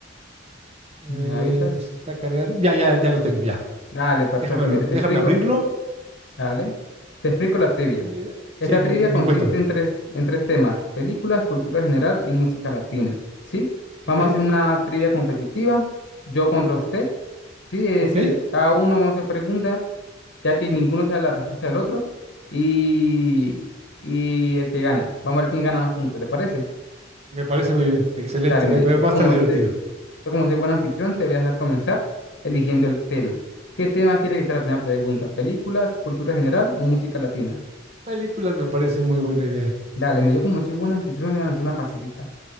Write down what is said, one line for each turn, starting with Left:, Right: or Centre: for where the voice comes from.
Right: eh,
Left: me avisas.
Right: se está cargando. Ya, ya, ya lo tengo, ya.
Left: Dale, perfecto.
Right: Déjamelo,
Left: Mire, te
Right: déjame
Left: explico.
Right: abrirlo.
Left: Dale, te explico la trivia.
Right: Eh,
Left: Esta
Right: sí, di-
Left: trivia
Right: di-
Left: consiste
Right: cuéntame.
Left: en tres, en tres temas, películas, cultura general y música latina, ¿sí?
Right: Ok,
Left: Vamos a hacer una trivia competitiva, yo contra usted, ¿sí? Es
Right: ok.
Left: decir, cada uno vamos a hacer preguntas, ya que ninguno sabe la respuesta del otro, y, y el que gane. Vamos a ver quién gana más puntos, ¿le parece?
Right: Me parece muy bien. Excelente.
Left: Dale, mire,
Right: Me, me
Left: yo
Right: va
Left: como
Right: a estar divertido.
Left: sé, yo como soy buen anfitrión, te voy a dejar comenzar eligiendo el tema. ¿Qué tema quiere que sea la primera pregunta? ¿Películas, cultura general o música latina?
Right: Películas me parece muy buena idea.
Left: Dale, mire, yo como soy buen anfitrión, le voy a lanzar una facilita.